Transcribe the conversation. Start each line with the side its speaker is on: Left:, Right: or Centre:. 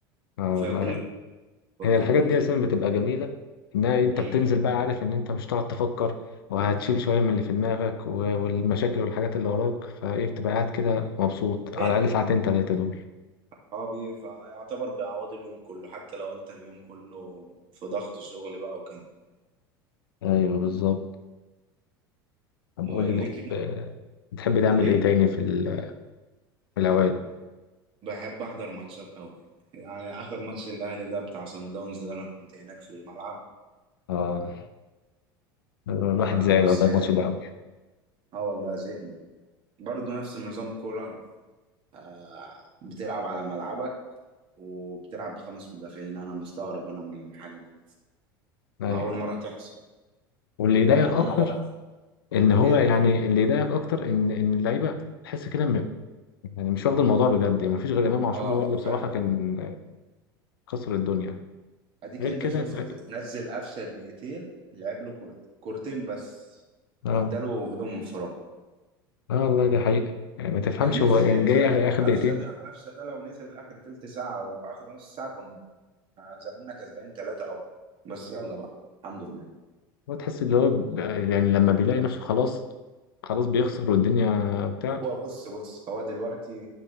Left: اه
Right: وفيها
Left: والله
Right: كل حاجة سبورك
Left: هي الحاجات
Right: البارتي
Left: دي اصلا بتبقى جميله انها إيه، انت
Right: امم
Left: بتنزل بقى عارف ان انت مش هتقعد تفكر وهتشيل شويه من اللي في دماغك و- والمشاكل والحاجات اللي وراك فايه بتبقى قاعد كده مبسوط على
Right: إيه
Left: الاقل ساعتين تلاته دول
Right: صحابي فيعتبر بيعوضوا اليوم كله حتى لو انت اليوم كله في ضغط شغل بقى وكده
Left: ايوه بالظبط طب قول
Right: وليك
Left: لي بتحب بتحب تعمل
Right: ليك
Left: ايه تاني في ال- في الاوقات
Right: بحب احضر ماتشات قوي يعني اخر ماتش الاهلي ده بتاع سان داونز ده انا كنت هناك في الملعب
Left: اه الواحد
Right: آه،
Left: زعل
Right: بس
Left: والله الماتش ده قوي
Right: اه والله زهقنا برضه نفس النظام كوره آه، بتلعب على ملعبك وبتلعب بخمس مدافعين انا مستغرب انا من الحاجه دي
Left: ايوه
Right: اول مره تحصل
Left: واللي يضايق
Right: يعني
Left: اكتر
Right: انا بلعب
Left: ان هو
Right: ايه
Left: يعني اللي يضايق اكتر ان ان اللعيبه تحس كده م- يعني مش واخد الموضوع بجد يعني مفيش غير امام عاشور
Right: اه
Left: هو اللي بصراحه
Right: ف
Left: كان كسر الدنيا
Right: اديك
Left: غير
Right: انت
Left: كده
Right: شفت
Left: ال-
Right: نزل قفشه دقيقتين لعب له كورت... كورتين بس
Left: اه
Right: اداله بيهم انفراد
Left: اه والله دي حقيقة يعني ما تفهمش
Right: كان نفسي
Left: هو يعني
Right: ينزل
Left: جاي آخر آخر
Right: قفشه
Left: دقيقتين
Right: ده قفشه ده لو نزل اخر تلت ساعه او اخر نص ساعه كنا زماننا كسبانين ثلاثه اهو بس يلا بقى الحمد لله
Left: هو تحس اللي هو ب- يعني لما بيلاقي نفسه خلاص خلاص بيخسر والدنيا بتاع
Right: هو بص بص هو دلوقتي